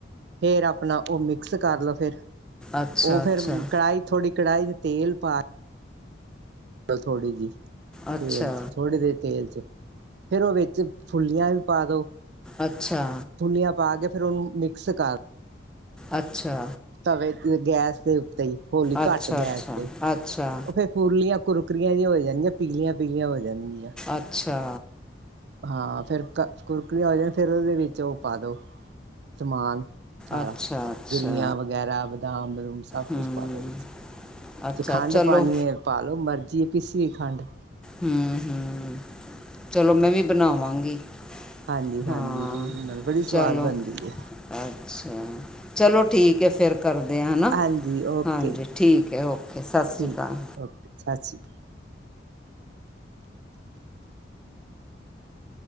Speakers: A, on the right (about 65°); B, in the centre.
A: ਫੇਰ ਆਪਣਾ ਓ ਮੀਕਸ ਕਰ ਲੋ ਫੇਰ
B: ਅੱਛਾ
A: ਓ
B: ਅੱਛਾ
A: ਫੇਰ ਕੜਾਈ ਥੋੜੀ ਕੜਾਈ ਚ ਤੇਲ ਪਾ ਅਲ ਥੋੜੀ ਜੀ,
B: ਅੱਛਾ
A: ਤੇਲ ਚ ਥੋੜੀ ਦੇ ਤੇਲ ਚ ਫੇਰ ਓ ਵੇਚ ਫੁੱਲੀਆਂ ਵੀ ਪਾ ਦੋ
B: ਅਛਾ।
A: ਫੁੱਲੀਆਂ ਪਾ ਕੇ ਫੇਰ ਓਨੂੰ ਮੀਕਸ ਕਰ
B: ਅਛਾ
A: ਤਵੇ ਤੇ ਗੈਸ ਦੇ ਓਤੇ ਹੌਲੀ
B: ਅੱਛਾ
A: ਘੱਟ ਗੈਸ ਤੇ
B: ਅੱਛਾ
A: ਓ ਫੇਰ ਫੁਲੀਆਂ ਕੁਰਕਰੀਆਂ ਜੀਆਂ ਹੋ ਜਾਣੀਆਂ ਪੀਲੀਆਂ-ਪੀਲੀਆਂ ਹੋ ਜਾਣਗੀਆਂ।
B: ਅਛਾ
A: ਹਾਂ ਫੇਰ ਕਰ ਕੁਰਕੁਰੀ ਹੋ ਜਾ ਫੇਰ ਓਦੇ ਵਿੱਚ ਓ ਪਾ ਦੋ ਸਮਾਨ ਸਾਰਾ
B: ਅੱਛਾ ਅੱਛਾ
A: ਗਰੀਆਂ ਵਗੈਰਾ ਬਦਾਮ ਬਦੂਮ ਸਭ
B: ਹੂੰ
A: ਕੁਛ ਪਾ ਦੋ ਵਿਚ।
B: ਅੱਛਾ
A: ਜੇ ਖੰਡ
B: ਚਲੋ
A: ਪਾਣੀਏ ਪਾਲੋ ਮਰਜ਼ੀ ਏ ਪੀਸੀ ਹੋਈ ਖੰਡ।
B: ਹੂੰ ਹੂੰ ਚਲੋ ਮੈਂ ਵੀ ਬਣਾਵਾਂਗੀ।
A: ਹਾਂਜੀ-ਹਾਂਜੀ
B: ਹਾਂ
A: ਰੂਹ ਨਾਲ ਬੜੀ ਸਵਾਦ
B: ਚਲੋ
A: ਬਣਦੀ ਏ।
B: ਅੱਛਾ ਚਲੋ ਠੀਕ ਐ ਫੇਰ ਕਰਦੇ ਆ ਹਨਾ।
A: ਹਾਂਜੀ ਓਕੇ
B: ਹਾਂਜੀ ਠੀਕ ਐ ਓ ਕੇ ਸਤਿ
A: ਠੀਕ
B: ਸ਼੍ਰੀ ਅਕਾਲ।
A: ਹੈ ਓਕੇ ਸਤਿ ਸ਼੍ਰੀ ਅ